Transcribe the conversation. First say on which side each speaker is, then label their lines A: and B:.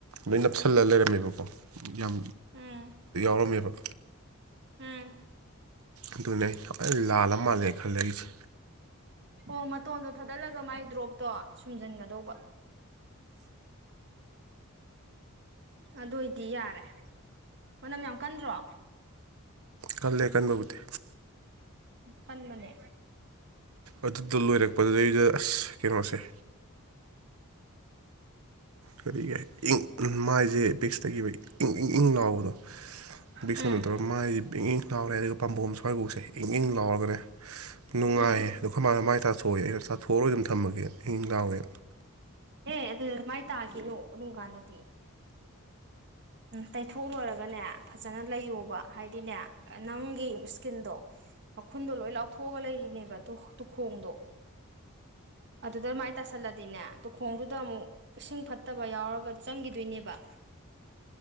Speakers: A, on the right (about 80°); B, on the right (about 55°).
A: ꯂꯣꯏ ꯅꯞꯁꯤꯜꯂꯒ ꯂꯩꯔꯝꯃꯦꯕꯀꯣ ꯌꯥꯝ
B: ꯎꯝ
A: ꯄꯔꯝꯕ
B: ꯎꯝ
A: ꯑꯗꯨꯅꯦ ꯑꯩ ꯂꯥꯜ ꯃꯥꯜꯂꯦ ꯈꯜꯂꯏꯁꯦ
B: ꯑꯣ ꯃꯇꯣꯟꯗꯣ ꯊꯥꯗꯠꯂꯒ ꯃꯥꯏ ꯗ꯭ꯔꯣꯞꯇꯣ ꯁꯨꯝꯖꯤꯟꯒꯗꯧꯕ ꯑꯗꯨ ꯑꯣꯏꯗꯤ ꯌꯥꯔꯦ ꯃꯅꯝ ꯌꯥꯝ ꯀꯟꯗ꯭ꯔꯣ
A: ꯀꯜꯂ ꯂꯩꯦ ꯀꯥꯟꯅꯕꯒꯨꯦ
B: ꯀꯟꯃꯅꯦ
A: ꯑꯗꯨꯗ ꯂꯣꯏꯔꯛꯄꯗꯨꯗꯩꯗ ꯑꯁ ꯀꯩꯅꯣꯁꯦ ꯀꯔꯤꯒ ꯏꯪ ꯃꯥꯏꯁꯦ ꯕꯤꯛꯁꯇꯒꯤ ꯏꯪ ꯏꯪ ꯏꯪ ꯂꯥꯎꯕꯗꯣ ꯕꯤꯁ
B: ꯎꯝ
A: ꯅꯠꯇ꯭ꯔꯣ ꯃꯥꯏ ꯏꯪ ꯏꯪ ꯂꯥꯎꯔꯦ ꯑꯗꯨꯒ ꯄꯥꯝꯕꯣꯝ ꯁ꯭ꯋꯥꯏꯐꯥꯎꯁꯦ ꯏꯪ ꯏꯪ ꯂꯥꯎꯔꯒꯅꯦ ꯅꯨꯡꯉꯥꯏꯌꯦ
B: ꯎꯝ
A: ꯑꯣ ꯀꯔꯃꯅ ꯃꯥꯏ ꯇꯥꯁꯨ ꯊꯣꯛꯑꯦ ꯑꯩꯩꯅ ꯆꯥꯊꯣꯛꯑꯣꯏ ꯑꯗꯨꯝ ꯊꯝꯃꯒꯦ ꯏꯍꯤꯡ ꯂꯥꯎꯋꯦ
B: ꯑꯦꯦ ꯑꯗꯨꯗ ꯑꯗꯨꯃꯥꯏꯅ ꯇꯥꯈꯤꯅꯣ ꯑꯗꯨꯝ ꯀꯥꯟꯗꯗꯤ ꯇꯩꯊꯣꯛ ꯂꯣꯏꯔꯒꯅꯦ ꯐꯖꯅ ꯂꯩꯌꯣꯕ ꯍꯥꯏꯗꯤꯅꯦ ꯅꯪꯒꯤ ꯏꯁꯀꯤꯟꯗꯣ ꯃꯈꯨꯟꯗꯣ ꯂꯣꯏ ꯂꯥꯎꯊꯣꯛꯑꯒ ꯂꯩꯔꯤꯅꯦꯕ ꯇꯨꯈꯣꯡꯗꯣ ꯑꯗꯨꯗ ꯃꯥꯏ ꯇꯥꯁꯜꯂꯗꯤꯅꯦ ꯇꯨꯈꯣꯡꯗꯨꯗ ꯑꯃꯨꯛ ꯏꯁꯤꯡ ꯐꯠꯇꯕ ꯌꯥꯎꯔꯒ ꯆꯪꯈꯤꯗꯣꯏꯅꯦꯕ